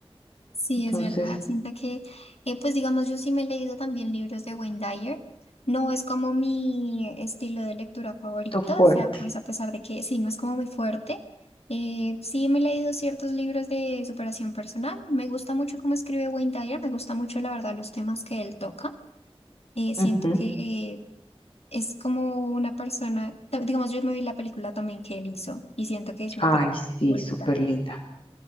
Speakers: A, on the left; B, on the left.
A: Sí,
B: Entonces,
A: es verdad. Siento que, eh, pues digamos, yo sí me he leído también libros de Wayne Dyer. No es como mi estilo de lectura favorito,
B: Esto fuerte.
A: o sea, pues a pesar de que sí, no es como muy fuerte. eh, sí, me he leído ciertos libros de superación personal. Me gusta mucho cómo escribe Wayne Dyer, me gusta mucho, la verdad, los temas que él toca. Eh, siento
B: ujú.
A: que eh, es como una persona, digamos, yo me vi la película también que él hizo y siento que es una
B: Ay,
A: película
B: sí,
A: muy bonita.
B: súper linda.